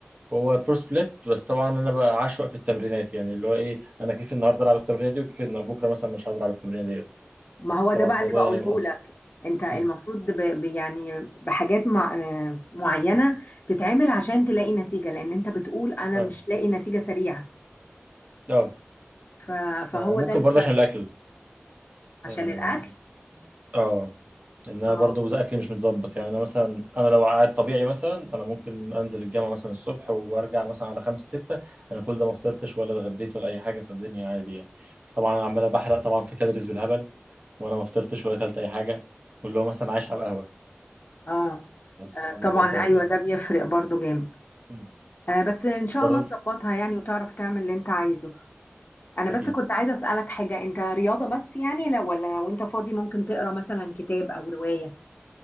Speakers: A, on the right (about 35°); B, on the left (about 40°).
A: هو برو سبليت بس طبعا انا بقى عشوائي في التمرينات يعني اللي هو ايه انا كيف النهارده العب التمرينه دي وكيف إن بكره مثلا مش عايز العب التمرينه ديت
B: ما هو ده
A: طبعا
B: بقى
A: الموضوع
B: اللي بقوله
A: يعني مؤثر
B: لك انت المفروض
A: مم.
B: ب ب- يعني بحاجات مع آه معينة تتعمل عشان تلاقي نتيجة لان انت بتقول انا
A: اه
B: مش لاقي نتيجة سريعة
A: اه
B: ف فهو
A: آه، ممكن
B: ده الفرق
A: برضه عشان الاكل
B: عشان
A: اه
B: الاكل
A: آه. لان انا
B: اه
A: برضه اكلي مش متظبط يعني انا مثلا انا لو قاعد طبيعي مثلا انا ممكن انزل الجامعه مثلا الصبح وارجع مثلا على خمسة ستة انا كل ده ما فطرتش ولا اتغديت ولا اي حاجه في الدنيا عادي يعني طبعا انا عمال بحرق طبعا في كالوريز بالهبل وانا ما فطرتش ولا اكلت اي حاجه واللي هو مثلا عايش على القهوه
B: اه آه،
A: طبعا الموضوع
B: طبعا
A: سيء
B: ايوه ده بيفرق برضو جامد
A: يعني
B: آه، بس ان شاء
A: جرب
B: الله تظبطها يعني وتعرف تعمل اللي انت عايزه انا بس
A: اكيد
B: كنت عايزه اسالك حاجه انت رياضه بس يعني لو ولا وانت فاضي ممكن تقرا مثلا كتاب او روايه